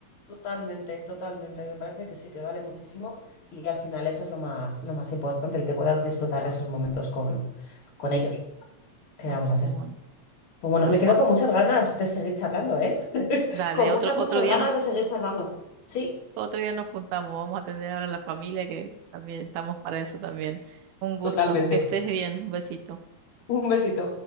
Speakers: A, on the left; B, on the right.
A: Totalmente, totalmente. Me parece que sí, que vale muchísimo y al final eso es lo más, lo más importante, el que puedas disfrutar de esos momentos con, con ellos. ¿Qué
B: Así
A: le vamos a hacer?
B: que bueno,
A: Pues bueno,
B: tal
A: me quedo
B: cual.
A: con muchas ganas de seguir charlando, ¿eh? <laughs>
B: Dale,
A: Con
B: otro,
A: muchas,
B: otro
A: muchas
B: día
A: ganas
B: nos,
A: de seguir charlando. Sí,
B: otro día nos juntamos, vamos a atender ahora a la familia que también estamos para eso también. Un gusto,
A: totalmente.
B: que estés bien, un besito.
A: Un besito.